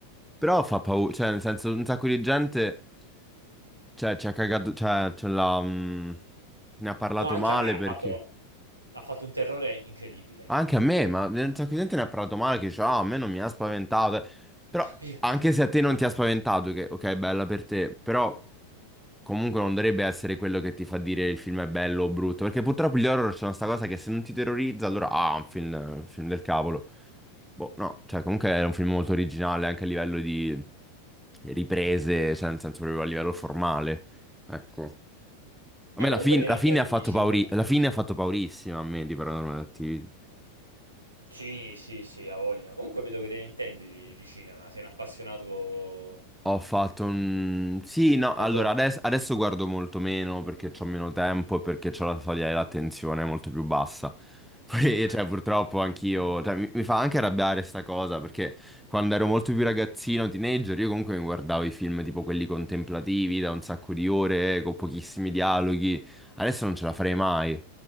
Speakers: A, in the centre; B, on the right.
A: Però fa paura, cioè, nel senso, un sacco di gente, cioè, ci ha cagato, cioè, ce l'ha, mm, ne ha parlato
B: no, anche
A: male
B: a me ha
A: perché...
B: fatto, ha fatto un terrore incredibile.
A: Anche a me, ma un sacco di gente ne ha parlato male, che dice, ah, a me non mi ha spaventato. Però,
B: <laughs> Io-
A: anche se a te non ti ha spaventato, che ok, bella per te, però comunque non dovrebbe essere quello che ti fa dire il film è bello o brutto, perché purtroppo gli horror c'è questa cosa che se non ti terrorizza, allora, ah, un film, un film del cavolo. Boh, no, cioè comunque era un film molto originale anche a livello di riprese, cioè nel senso proprio a livello formale. Ecco.
B: Dai,
A: A me
B: comunque
A: la, fin-
B: te
A: la
B: ne intendi
A: fine ha fatto
B: di cinema.
A: pauri- la fine ha fatto paurissima a me di Paranormal Attività.
B: Sì, sì, sì, ha voglia. Comunque vedo che te ne intendi di, di cinema, sei un appassionato...
A: Ho fatto un... Sì, no,
B: hai
A: allora
B: Fatto...
A: ades- adesso guardo molto meno perché ho meno tempo e perché ho la soglia dell'attenzione molto più bassa. <laughs> Poi,
B: <laughs>
A: cioè, purtroppo anch'io... Cioè, mi, mi fa anche arrabbiare sta cosa perché quando ero molto più ragazzino, teenager, io comunque mi guardavo i film tipo quelli contemplativi da un sacco di ore, con pochissimi dialoghi. Adesso non ce la farei mai.